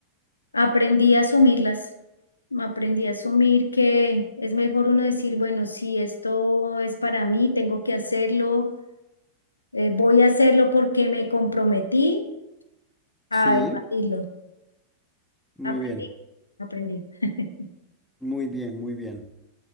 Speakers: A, on the left; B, in the centre.
A: Aprendí a asumirlas, aprendí a asumir que es mejor uno decir, bueno, si esto es para mí, tengo que hacerlo, eh, voy a hacerlo porque me comprometí a
B: Sí,
A: debatirlo.
B: muy
A: Aprendí,
B: bien,
A: aprendí. <laughs>
B: muy bien, muy bien.